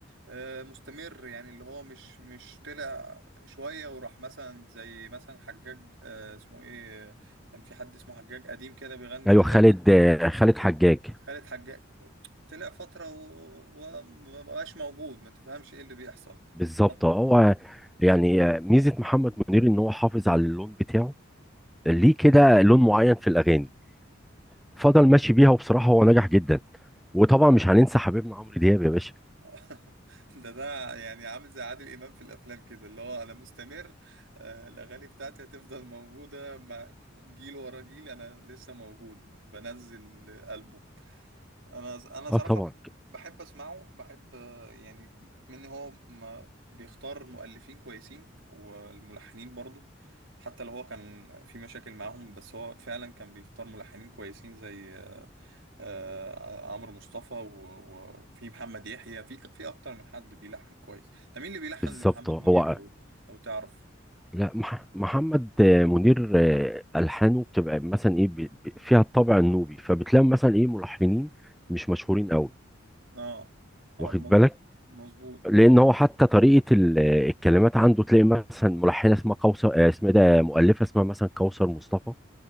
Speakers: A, on the right; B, in the centre.
A: آه، مستمر يعني اللي هو مش مش طلع شوية وراح مثلا زي مثلا حجاج آه، اسمه ايه آه، كان في حد اسمه حجاج قديم كده بيغني
B: أيوة
A: طلع
B: خالد آه، خالد حجاج
A: خالد حجاج طلع فترة ومبقاش موجود ما تفهمش ايه اللي بيحصل
B: بالظبط
A: أنا-
B: هو يعني آه، ميزة محمد منير إن هو حافظ على اللون بتاعه ليه كده لون معين في الأغاني فضل ماشي بيها وبصراحه هو نجح جدا وطبعا مش هننسى حبيبنا عمرو دياب يا باشا
A: <laughs> ده ده يعني عامل زي عادل امام في الافلام كده اللي هو انا مستمر آه، الاغاني بتاعتي هتفضل موجودة مع جيل ورا جيل انا لسه موجود بنزل البوم انا انا صراحه
B: اه طبعا
A: بحب اسمعه بحب آه، يعني من هو ما بيختار مؤلفين كويسين والملحنين برضو حتى لو هو كان في مشاكل معاهم بس هو فعلا كان بيختار ملحنين كويسين زي آه، آه، عمرو مصطفى و- وفي محمد يحيى في ك- في اكتر من حد بيلحن كويس ده مين اللي بيلحن
B: بالظبط
A: لمحمد
B: آه،
A: منير
B: هو
A: لو لو تعرف
B: لا مح... محمد آه، منير آه، الحانه بتبقى مثلا ايه ب... ب- فيها الطابع النوبي فبتلاقي مثلا ايه ملحنين مش مشهورين قوي
A: اه اه
B: واخد
A: مظبوط
B: بالك
A: مظبوط
B: لان
A: مظبوط
B: هو حتى طريقه ال... آه، الكلمات عنده تلاقي مثلا ملحنه اسمها قوثر آه، اسمها إيه ده مؤلفه اسمها مثلا كوثر مصطفى